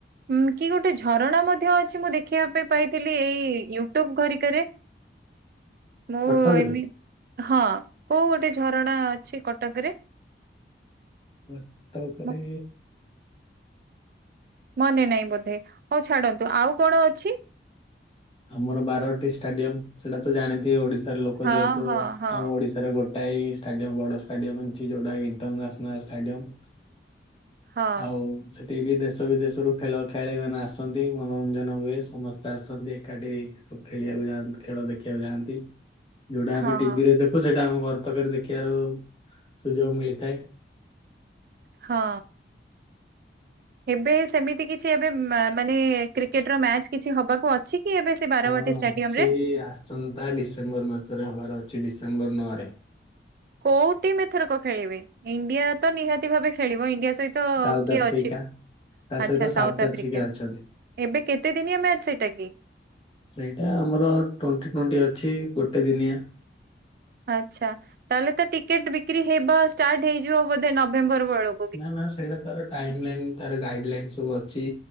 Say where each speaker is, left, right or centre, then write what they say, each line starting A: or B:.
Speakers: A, on the right (about 55°); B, on the left (about 30°).
A: ଉଁ କି ଗୋଟେ ଝରଣା ମଧ୍ୟ ଅଛି ମୁଁ ଦେଖିବା ପାଇଁ ପାଇଥିଲି ଏଇ ୟୁଟ୍ୟୁବ ଘରିକାରେ। ମୁଁ
B: କଟକରେ
A: ଏମି ହଁ କୋଉ ଗୋଟେ ଝରଣା ଅଛି କଟକରେ?
B: କଟକରେ
A: ମ- ମନେ ନାଇଁ ବୋଧେ ହଉ ଛାଡନ୍ତୁ ଆଉ କଣ ଅଛି?
B: ଆମର ବାରବାଟି ଷ୍ଟାଡିୟମ ସେଟା ତ ଜାଣିଥିବେ ଓଡିଶାର ଲୋକ
A: ହଁ
B: ଯେହେତୁ
A: ହଁ ହଁ
B: ଆମ ଓଡିଶାର ଗୋ ଟାଇ ଷ୍ଟାଡିୟମ ବଡ ଷ୍ଟାଡିୟମ ଅଛି ଯୋଉଟା ଇଣ୍ଟରନ୍ୟାସନାଲ ଷ୍ଟାଡିୟମ।
A: ହଁ
B: ହାଉ ସେଠି ବି ଦେଶ ବିଦେଶରୁ ଖେଳ ଖେଳାଳି ମାନେ ଆସନ୍ତି ମନୋରଞ୍ଜନ ହୁଏ ସମସ୍ତେ ଆସନ୍ତି। ଏଖାଠି ସବୁ ଖେଳିବାକୁ ଯାଆନ୍ତି ଖେଳ ଦେଖିବାକୁ ଯାଆନ୍ତି ଯୋଉଟା
A: ହଁ।
B: ଆମେ ଟିଭିରେ ଦେ ସେଇଟା ଆମ ଘର ପାଖରେ ଦେଖିବାର ସୁଯୋଗ ମିଳିଥାଏ।
A: ହଁ। ଏବେ ସେମିତି କିଛି ଏବେ ମା-ମାନେ କ୍ରି କିଟ୍ ର ମ୍ୟାଚ କିଛି ହବାକୁ ଅଛି କି ଏବେ ସେ ବାରବାଟୀ
B: ହଁ
A: ଷ୍ଟାଡିୟମ
B: ଅଛି
A: ରେ?
B: ଆସନ୍ତା ଡିସେମ୍ବର ମାସରେ ହବାର ଅଛି ଡିସେମ୍ବର ନଅ ରେ।
A: କୋଉ ଟିମ୍ ଏଥରକ ଖେଳିବେ ଇଣ୍ଡିଆ ତ ନିହାତି ଭାବେ ଖେଳିବ ଇଣ୍ଡିଆ ସହିତ
B: ସାଉଥ
A: କିଏ
B: ଆଫ୍ରିକା
A: ଅଛି?
B: ତା
A: ଆଚ୍ଛା
B: ସହିତ
A: ସାଉଥ ଆଫ୍ରିକା
B: ଅଛନ୍ତି।
A: ଏବେ କେତେ ଦିନିଆ ମ୍ୟାଚ ସେଇଟା କି?
B: ସେଇଟା ଆମର ଟ୍ୱଣ୍ଟି ଟ୍ୱଣ୍ଟି ଅଛି ଗୋଟେ ଦିନିଆ।
A: ଆଚ୍ଛା ତାହେଲେ ତ ଟିକେଟ ବିକ୍ରି ହେବା ଷ୍ଟାର୍ଟ ହେଇଯିବ ବୋଧେ ନଭେମ୍ବର ବେଳ
B: ନା ନା ସେଇଟା ତାର ଟାଇମ ଲାଇନ ତାର ଗାଇଡ ଲାଇନ ସବୁ ଅଛି।